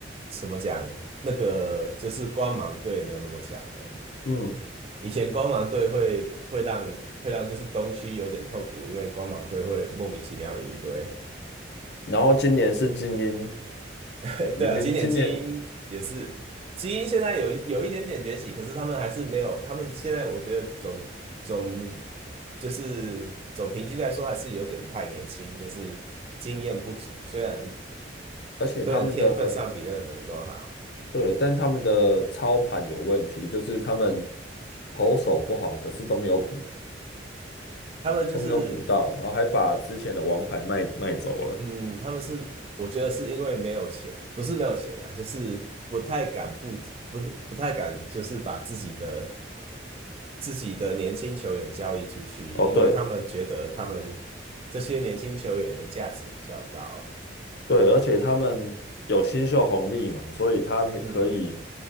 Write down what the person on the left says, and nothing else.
嗯，
然后今年是精英，
明明今年，
而且他们的
对，但他们的操盘有问题，就是他们投手不好，可是都没有补，
都没有补到，然后还把之前的王牌卖卖走了。
哦，
对，
对，而且他们有新秀红利嘛，所以他们可以